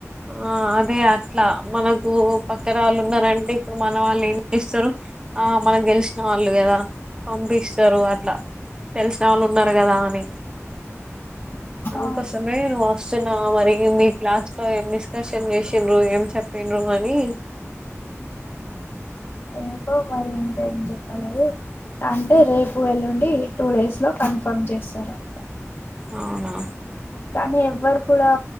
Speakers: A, on the right (about 15°); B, on the left (about 50°).
A: ఆ అదే అట్లా మనకు పక్కర వాళ్ళు ఉన్నారంటే ఇప్పుడు మన వాళ్ళె చేస్తరు ఆ మనకు గెలిసిన వాళ్ళు కదా పంపిస్తారు అట్లా తెలిసిన వాళ్ళు ఉం ఉన్నారు కదా అని అన్
B: ఆ
A: కోసమే నువ్వు వస్తున్నావ మరి మీ క్లాస్ నీతో ఏం డిస్కర్షన్ చేసండ్రు ఏం చెప్పండ్రు అని
B: ఎందుకో మరి ఇంకా ఏం చెప్పలేదు అంటె రేపు ఎల్లుండి టూ డేస్ లో కన్ఫర్మ్ చేస్తారంట
A: అవునా
B: కానీ ఎవ్వరు కూడా